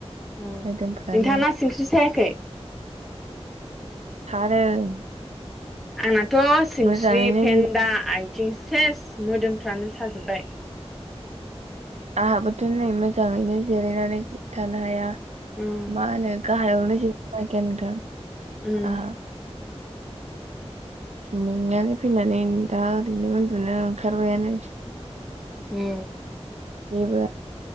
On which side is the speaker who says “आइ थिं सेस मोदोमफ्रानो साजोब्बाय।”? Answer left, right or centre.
Centre